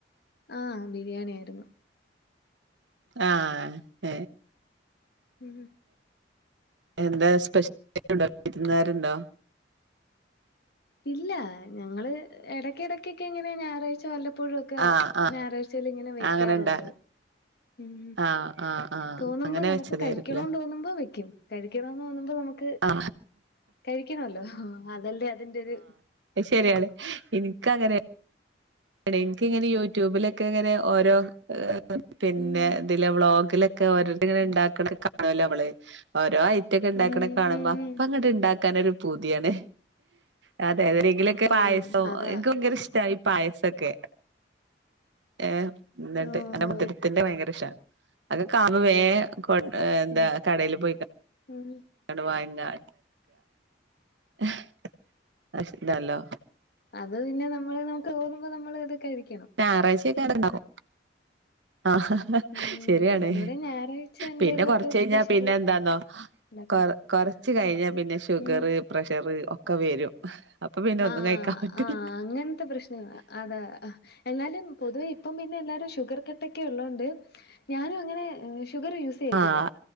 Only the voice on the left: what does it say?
ആ ബിരിയാണി ആയിരുന്നു
ഉം
ഇല്ല ഞങ്ങള് ഇടക്ക് ഇടക്ക് എങ്ങനെ ഞായറാഴ്ച വല്ലപ്പോഴുമൊക്കെ
ഞായറാഴ്ചേൽ ഇങ്ങനെ വെക്കാറുണ്ട്
ഉം
തോന്നുമ്പോ
നമുക്ക്
കഴിക്കണോന്ന് തോന്നുമ്പോ വെക്കും കഴിക്കണന്ന് തോന്നുമ്പോ നമുക്ക്
കഴിക്കണല്ലോ അതല്ലേ അതിന്റെരു
ഉം
ഉം
ഉം
ഉം ഉം
തോന്നും
അതാ
ഓഹോ
ഇനി
ഉം
അത് പിന്നെ നമ്മള് നമുക്ക് തോന്നുമ്പോ നമ്മള് <unintelligible>
ഉം
ഞങ്ങടെ ഇവിടെ ഞായറാഴ്ച എന്തേലുമൊക്കെ
സ്പെഷ്യല്
ഉണ്ടാക്കണം
ഉം
ആ
ആ അങ്ങനത്തെ പ്രശ്ന അതാ എന്നാലും പൊതുവ ഇപ്പം പിന്നെ എല്ലാരും ശുഗർ കട്ടൊക്കെ ഉള്ളോണ്ട് ഞാനുവങ്ങനെ ഷുഗർ യൂസ് ചെയ്യത്തില്ല